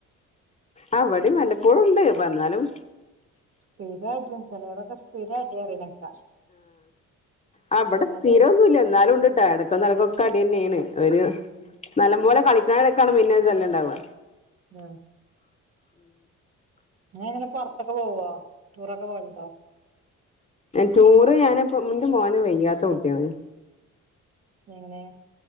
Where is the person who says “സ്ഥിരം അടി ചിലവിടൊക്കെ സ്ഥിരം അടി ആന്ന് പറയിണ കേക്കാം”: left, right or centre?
Right